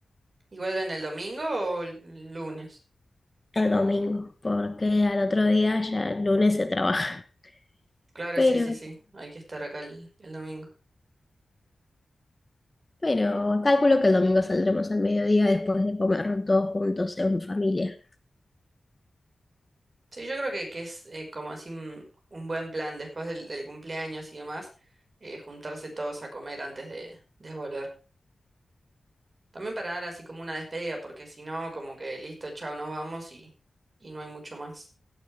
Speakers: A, on the right; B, on the left.
A: ¿Y vuelven el domingo o el lunes?
B: el domingo, porque al otro día ya el lunes se trabaja. <laughs>
A: Claro,
B: Pero,
A: sí, sí, sí. Hay que estar acá el, el domingo.
B: pero calculo que el domingo saldremos al mediodía después de comer todos juntos en familia.
A: Sí, yo creo que, que es eh, como así un, un buen plan después del, del cumpleaños y demás, eh, juntarse todos a comer antes de, de volver. También para dar así como una despedida, porque si no, como que listo, chao, nos vamos y, y no hay mucho más.